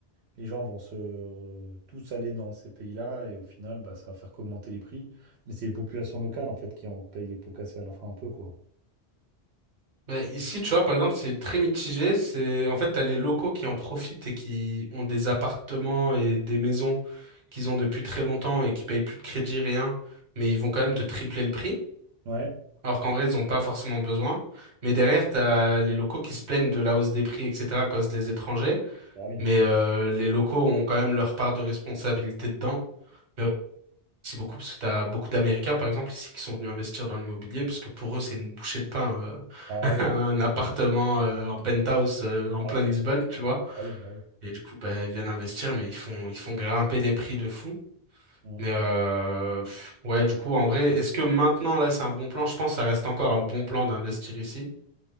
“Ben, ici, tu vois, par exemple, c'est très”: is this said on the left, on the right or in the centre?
Right